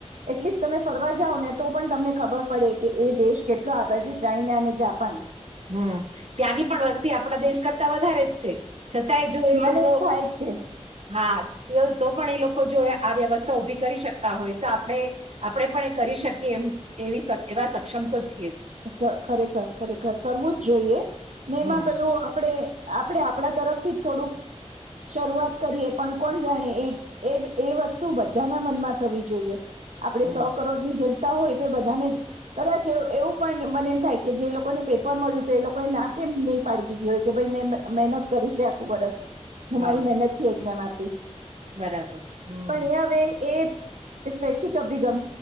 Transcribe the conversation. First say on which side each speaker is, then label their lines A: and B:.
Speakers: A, on the right (about 85°); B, on the right (about 60°).
A: એટલીસ્ટ તમે ફરવા જાવ ને તો પણ તમને ખબર પડે કે એ દેશ કેટલા હતા જે ચાઈના અને જાપાન
B: હમ ત્યાંની પણ વસ્તી આપણા દેશ કરતા વધારે જ છે છતાંય જો
A: મેનેજ
B: એ લોકો
A: થાય જ છે
B: હા તો તો પણ એ લોકો જો આ વ્યવસ્થા ઉભી કરી શકતા હોય તો આપણે આપે પણ કરી શકી એ એવા સક્ષમ તો છીએ જ
A: અચ્છા, ખરેખર-ખરેખર, કરવું જ જોઈએ. ને એમાં
B: હમ
A: પેલું આપડે આપડે આપણા તરફથી થોડુંક શરૂઆત કરીએ પણ કોણ જાણે એ એ વ એ વસ્તુ બધાના મનમાં થવી જોઈએ. આપડે
B: હમ
A: સો કરોડની જનતા હોય તો બધાને જ કદાચ એ એવું પણ મને એમ થાય કે જે લોકોને પેપર મળ્યું તું એ લોકોએ ના કેમ નહીં પાડી દીધી હોય, કે ભઈ મે મહેનત કરી રી છે આખું વરસ. હું
B: હા
A: મારી મહેનત થી એક્ઝામ આપીશ.
B: બરાબર હમ
A: પણ એ હવે એ એ સ્વૈચ્છિક અભીગમ